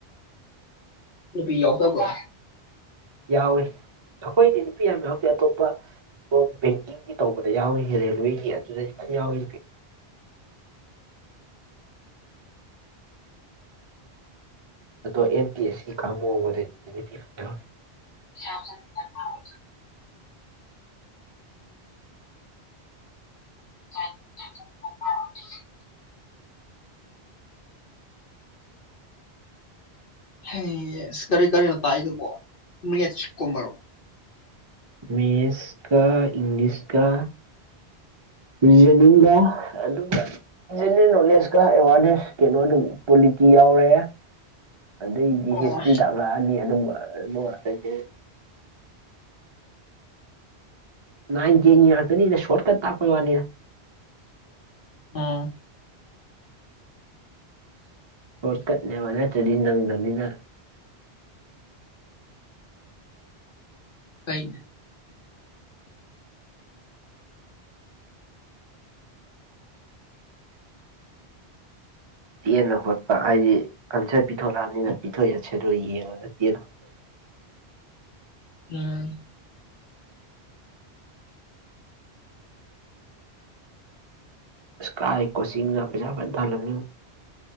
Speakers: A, on the left; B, on the right.
A: ꯅꯨꯄꯤ ꯌꯥꯎꯗꯕ꯭ꯔꯣ
B: ꯌꯥꯎꯋꯦ ꯑꯩꯈꯣꯏꯗꯤ ꯅꯨꯄꯤ ꯌꯥꯝ ꯌꯥꯎꯗꯦ ꯑꯇꯣꯞꯄ ꯔꯣꯝ ꯕꯦꯡꯀꯤꯡꯒꯤ ꯇꯧꯕꯗ ꯌꯥꯎꯔꯤꯖꯦ ꯔꯦꯜꯋꯦꯒꯤ ꯑꯗꯨꯗꯩ ꯐꯖꯅ ꯌꯥꯎꯋꯦ ꯅꯨꯄꯤ ꯑꯗꯣ ꯑꯦꯝꯇꯤꯑꯦꯁꯀꯤ ꯀꯥꯡꯒꯨ ꯑꯝꯒꯗꯤ ꯅꯨꯄꯤ ꯐꯖ ꯌꯥꯎꯋꯦ
A: <unintelligible> <unintelligible> ꯍꯩ ꯑꯁ ꯀꯔꯤ ꯀꯔꯤꯅꯣ ꯇꯥꯛꯢꯗꯨꯕꯣ ꯃꯦꯠꯁ ꯀꯨꯝꯕꯔꯣ
B: ꯃꯦꯁꯀ ꯏꯪꯂꯤꯁꯀ ꯔꯤꯖꯅꯤꯡꯒ ꯑꯗꯨꯒ ꯖꯦꯅꯔꯦꯜ ꯅꯣꯂꯦꯁꯀ ꯑꯦꯋꯥꯔꯅꯦꯁ ꯀꯩꯅꯣ ꯑꯗꯨꯝ ꯄꯣꯂꯤꯇꯤ ꯌꯥꯎꯔꯦ ꯑꯗꯩꯗꯤ
A: ꯑꯣ
B: ꯍꯤꯁꯇ꯭ꯔꯤ ꯇꯥꯛꯂꯛꯑꯅꯤ ꯑꯗꯨꯝꯕ ꯑꯗꯨꯒ ꯑꯇꯩꯗꯤ ꯅꯥꯏꯟ ꯇꯦꯟꯒꯤ ꯉꯥꯛꯇꯅꯤꯗ ꯁꯣꯔ꯭ꯠꯀꯠ ꯇꯥꯛꯄꯩ ꯋꯥꯅꯤꯗ
A: ꯑꯥ
B: <unintelligible> ꯇꯨꯗꯤ ꯅꯪꯗꯝꯅꯤꯅ
A: ꯀꯩꯅ
B: ꯇꯦꯟꯅ ꯍꯣꯠꯄ ꯍꯥꯏꯗꯤ ꯑꯟꯁꯔ ꯄꯤꯊꯣꯛꯂꯛꯑꯝꯅꯤꯅ ꯄꯤꯊꯣꯛꯢꯕ ꯑꯟꯁꯔꯗꯣ ꯌꯦꯡꯉꯒ ꯇꯦꯟꯅ ꯍꯣꯠꯄꯅꯤ
A: ꯎꯝ
B: ꯏꯁꯀꯥꯏ ꯀꯣꯆꯤꯡꯂꯥ ꯄꯩꯁꯥ ꯐꯖꯅ ꯇꯥꯜꯂꯝꯅꯤꯕꯨ